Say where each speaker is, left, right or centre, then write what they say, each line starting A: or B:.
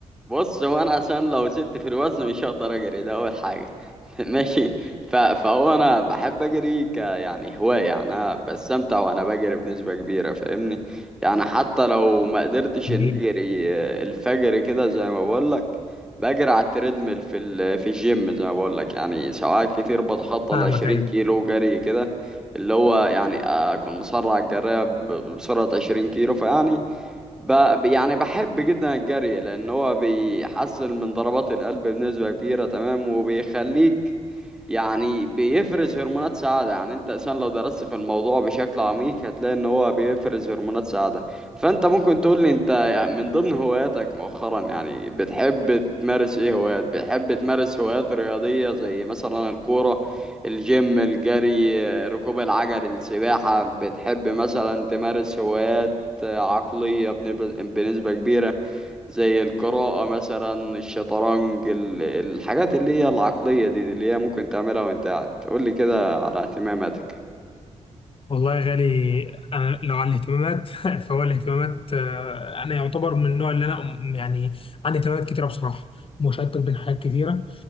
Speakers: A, in the centre; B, on the left.
A: بص هو انا عشان لو زدت في الوزن مش هقدر اجري ده اول حاجه <laughs> ماشي ف... فهو انا بحب اجري ك يعني هوايه يعني انا بستمتع وانا بجري بنسبه كبيره فاهمني يعني حتى لو ما قدرتش
B: جميل.
A: ان اجري آه، الفجر كده زي ما بقول لك بجري على التريدميل في ال... في الجيم زي ما بقول لك يعني ساعات كتير بتخطى
B: فاهمك
A: ال 20
B: ايوه
A: كيلو جري كده اللي هو يعني اكون مسرع الجري ب- بسرعه 20 كيلو فيعني ب... يعني بحب جدا الجري لان هو بيحسن من ضربات القلب بنسبة كبيرة تمام وبيخليك يعني بيفرز هرمونات سعادة يعني انت عشان لو درست في الموضوع بشكل عميق هتلاقي ان هو بيفرز هرمونات سعادة فانت ممكن تقول لي انت من ضمن هواياتك مؤخرا يعني بتحب تمارس ايه هوايات بتحب تمارس هوايات رياضية زي مثلا الكورة الجيم الجري ركوب العجل السباحة بتحب مثلا تمارس هوايات عقلية بنب- بنسبة كبيرة زي القراءة مثلا الشطرنج ال- الحاجات اللي هي العقلية دي, دي اللي هي ممكن تعملها وانت قاعد قول لي كده على اهتماماتك
B: والله يا غالي أنا لو عن الاهتمامات <laughs> فهو الاهتمامات آه، أنا يعتبر من النوع اللي أنا م- يعني عندي اهتمامات كتيرة بصراحة مشتت بين حاجات كتيرة